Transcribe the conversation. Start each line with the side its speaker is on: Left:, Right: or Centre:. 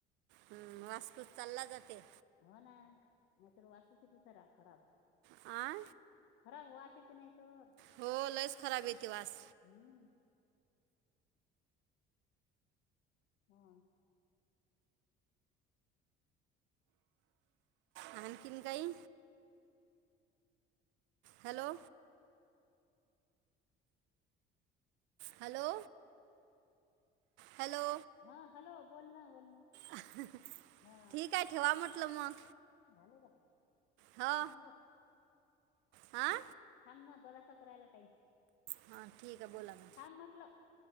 Right: हम्म वासपूस चालला जाते
Left: हो ना नाहीतर वासच येते सारा खराब
Right: आ
Left: खराब वास येते नाहीतर
Right: हो लयच खराब येते वास
Left: हम्म हां
Right: अन् आणखीन काही हॅलो, हॅलो, हॅलो,
Left: हा हॅलो बोल ना बोल ना
Right: अहह,
Left: हा
Right: ठीक आहे ठेवा म्हटलं मग
Left: झाले ग
Right: हो
Left: थांब गो
Right: हां
Left: थांब ना जरसाक राहील टाईम
Right: हां ठीक आहे बोला मग
Left: हा म्हटलं